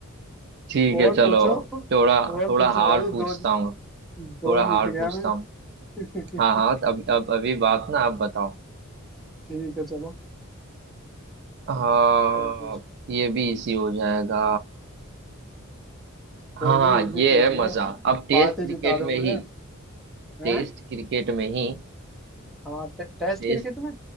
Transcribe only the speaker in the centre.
और
पूछो
और
पूछो
भाई
दो
दो
जीत गया
मैं
<laughs>
ठीक है चलो
और पूछ
कोई
नहीं
इजी
पूछ
लो
पार्टी
जिता दो
मुझे
हैं
हाँ टे, टेस्ट
क्रिकेट में